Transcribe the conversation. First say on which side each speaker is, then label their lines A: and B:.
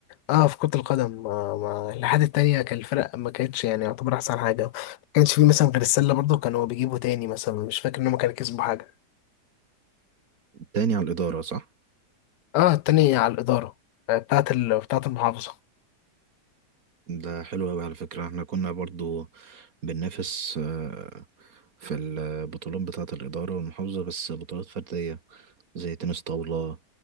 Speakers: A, on the left; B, on the right.
A: اه في كرة القدم ما ما الاتحاد التانية كان الفرق ما كانتش يعني يعتبر أحسن حاجة ما كانش فيه مثلا غير السلة برضه كانوا بيجيبوا تاني مثلا مش فاكر إن هما كانوا كسبوا حاجة
B: تاني على الإدارة صح؟
A: اه التانية على الإدارة آه، بتاعت ال... بتاعت المحافظة
B: ده حلو أوي على فكرة احنا كنا برضو بننافس آه، في البطولات بتاعة الإدارة والمحافظة بس بطولات فردية زي تنس طاولة